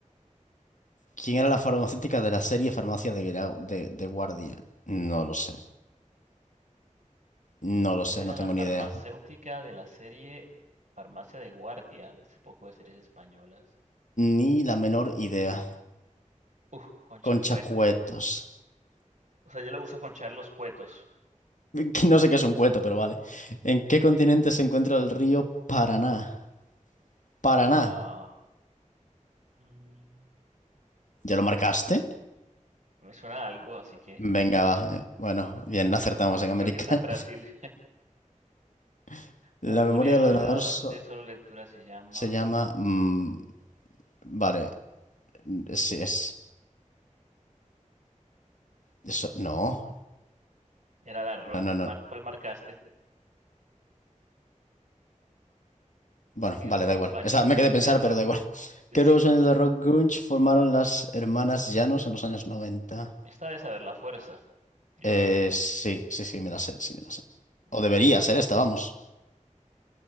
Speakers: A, on the left; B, on the right.
A: ¿Quién era la farmacéutica de la serie Farmacia de, Grau- de, de Guardia? No lo sé. No lo
B: ¿Quién
A: sé,
B: era
A: no tengo
B: la farmacéutica
A: ni idea.
B: de la serie Farmacia de Guardia? Ese poco de series españolas.
A: Ni la menor idea.
B: Uf, Concha
A: Concha
B: Cuetos.
A: Cuetos.
B: O sea, yo le gusta conchar los cuetos.
A: No sé qué es un cueto, pero vale. ¿En qué continente se encuentra el río Paraná? Paraná.
B: Ah, mm,
A: ¿Ya lo marcaste?
B: me suena a algo, así que,
A: Venga,
B: claro.
A: va. Eh, Bueno, bien, acertamos
B: Creo que,
A: en
B: creo
A: América.
B: que está en Brasil.
A: <laughs> La
B: La memoria
A: memoria
B: del
A: del
B: ordenador
A: ordenador so-
B: de solo lectura se llama.
A: se llama... mm, vale. Sí, es... Eso. No.
B: Era la ROM.
A: No, no, no.
B: mar- ¿Cuál marcaste?
A: Bueno,
B: ¿Qué
A: vale,
B: grupo
A: da
B: español
A: igual. Esta- me quedé a pensar,
B: de rock?
A: pero da igual.
B: <laughs> Sí.
A: ¿Qué grupo sonido de rock grunge formaron las hermanas Llanos en los años noventa
B: Esta de saber la fuerza. Yo
A: Eh,
B: no la sé.
A: sí, sí, sí, me la sé, sí, me la sé.
B: Uf,
A: O debería ser esta, vamos.